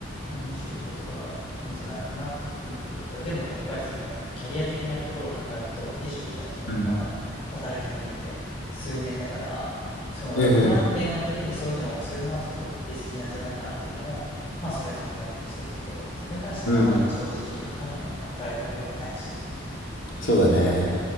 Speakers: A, on the left; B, on the left.
A: まあ、25とかがいいんじゃないかなって思ってるけど、でもやっぱりそのキャリア的なところを考えると、25歳って多分まだ働き始めて数年だから、
B: うん、
A: その不安定な時にそういうのをするのはちょっとリスキーなんじゃないかなっていうのもまあそれは考えたりしてるけど、
B: うん、
A: そこに関してはまだ正直わかんないよね。
B: うん。
A: 働いたこともないし。
B: そうだね。